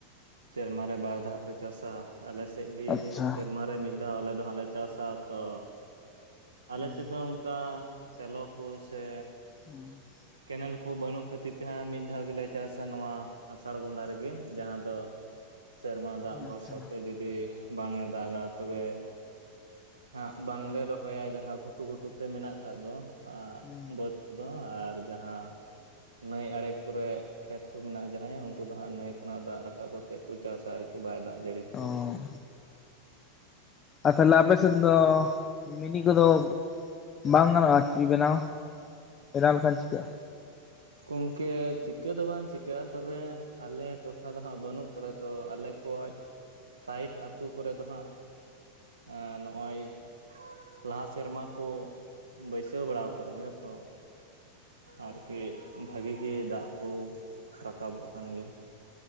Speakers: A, on the right; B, on the left.
A: ᱥᱮᱨᱢᱟ ᱨᱮ ᱵᱟᱨ ᱫᱷᱟᱣ ᱯᱮ ᱪᱟᱥᱟ ᱟᱞᱮ ᱥᱮᱜ ᱜᱮ
B: ᱟᱪᱪᱷᱟ᱾
A: ᱥᱮᱨᱢᱟ ᱨᱮ ᱢᱤᱫ ᱫᱷᱟᱣ ᱟᱞᱮ ᱫᱚ ᱦᱟᱸᱜ ᱞᱮ ᱪᱟᱥᱟ ᱛᱚ ᱟᱞᱮ
B: ᱦᱩᱸ
A: ᱥᱮᱜ ᱫᱚ ᱚᱝᱠᱟ ᱥᱮᱞᱚ ᱠᱚ ᱥᱮ
B: ᱮᱸ <unintelligible>
A: ᱠᱮᱱᱮᱞ ᱠᱩ ᱵᱟᱹᱱᱩᱜ ᱠᱷᱟᱹᱛᱤᱨ ᱛᱮ ᱦᱟᱸᱜ ᱢᱤᱫ ᱫᱷᱟᱣ ᱜᱮᱞᱮ, ᱪᱟᱥᱟ ᱱᱚᱣᱟ ᱟᱥᱟᱲ ᱵᱚᱸᱜᱟ ᱨᱮᱜᱮ ᱡᱟᱦᱟᱸ ᱫᱚ ᱥᱮᱨᱢᱟ ᱫᱟᱜ ᱵᱷᱚᱨᱥᱟ
B: ᱟᱪᱪᱷᱟ
A: ᱛᱮ ᱡᱩᱫᱤ ᱵᱟᱝ ᱮ ᱫᱟᱜᱟ ᱛᱚᱵᱮ ᱦᱟᱸᱜ ᱵᱟᱝᱞᱮ ᱨᱚᱦᱚᱭᱟ ᱡᱟᱦᱟᱸ ᱜᱷᱩᱴᱩ ᱜᱷᱩᱴᱩ ᱛᱮ ᱢᱮᱱᱟᱜ ᱟᱠᱟᱫ ᱫᱚ, ᱟᱼᱜ
B: ᱦᱩᱸ
A: ᱵᱟᱹᱫᱽ ᱠᱩᱫᱩ ᱟᱨ ᱡᱟᱦᱟᱸ ᱱᱟᱹᱭ ᱟᱲᱮ ᱠᱚᱨᱮᱜ ᱠᱷᱮᱛ ᱠᱩ ᱢᱮᱱᱟᱜᱼᱟ ᱡᱟᱦᱟᱸᱭᱟᱜ ᱩᱝᱠᱩ ᱫᱚ ᱦᱟᱸᱜ ᱱᱟᱹᱭ ᱠᱷᱚᱱᱟᱜ ᱫᱟᱜ ᱨᱟᱠᱟᱵ ᱠᱟᱛᱮᱜ ᱠᱩ ᱪᱟᱥᱟ ᱟᱨᱠᱤ ᱵᱟᱭ ᱫᱟᱜ ᱡᱟᱹᱲᱤ ᱞᱮᱠᱷᱟᱜ
B: ᱚ
A: ᱫᱚ
B: ᱛᱟᱦᱚᱞᱮ ᱟᱯᱮ ᱥᱮᱫ ᱫᱚ ᱢᱤᱱᱤ ᱠᱩᱫᱚ ᱵᱟᱝ ᱜᱟᱱᱚᱜᱼᱟ ᱠᱤ ᱵᱮᱱᱟᱣ ᱵᱮᱱᱟᱣ ᱞᱮᱠᱷᱟᱡ ᱪᱮᱠᱟᱹᱜᱼᱟ?
A: ᱜᱚᱝᱠᱮ ᱪᱤᱠᱟᱹ ᱫᱚ ᱵᱟᱝ ᱪᱤᱠᱟᱹᱜᱼᱟ ᱛᱚᱵᱮ ᱟᱞᱮ ᱴᱚᱴᱷᱟ ᱫᱚ ᱦᱟᱸᱜ ᱵᱟᱹᱱᱩᱜ ᱠᱟᱫᱟ ᱛᱚ ᱟᱞᱮ <unintelligible> ᱥᱟᱭᱤᱴ ᱟᱹᱛᱩ ᱠᱚᱨᱮ ᱫᱚ ᱦᱟᱸᱜ ᱮᱸ ᱱᱚᱜᱼᱚᱭ ᱞᱟᱦᱟ ᱥᱮᱨᱢᱟ ᱠᱚ ᱵᱟᱹᱭᱥᱟᱹᱣ ᱵᱟᱲᱟᱣ ᱠᱟᱜ ᱜᱮᱭᱟ ᱛᱚ ᱟᱨᱠᱤ ᱵᱷᱟᱜᱤ ᱜᱮ ᱫᱟᱜ ᱠᱩ ᱨᱟᱠᱟᱵᱚᱜ ᱠᱟᱱ ᱜᱮᱭᱟ